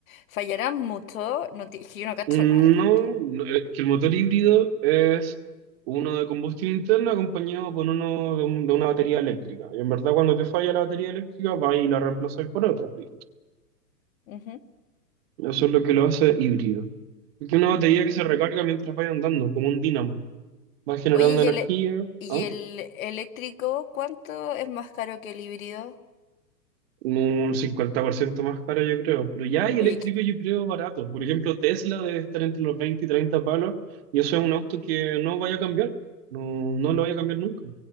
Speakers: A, on the left (about 55°); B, on the right (about 35°).
A: Fallarán mucho, no ti- es que yo no cacho
B: No,
A: nada de auto.
B: no, eh, que el motor híbrido es uno de combustión interna acompañado con uno de, un- de una batería eléctrica. Y en verdad cuando te falla la batería eléctrica, vas y la reemplazas por otra. listo.
A: Ujú.
B: Eso es lo que lo hace híbrido. Es que una batería
A: Mm.
B: que se recarga mientras vaya andando, como un dínamo. Va generando
A: Oye, ¿y
B: energía,
A: el, y
B: ¿ah?
A: el eléctrico cuánto es más caro que el híbrido?
B: Un 50% más cara yo creo. Pero ya hay
A: Oye,
B: eléctrico
A: que
B: yo creo barato. Por ejemplo, Tesla debe estar entre los veinte y treinta palos y eso es un auto que no vaya a cambiar. No, no lo vaya a cambiar nunca.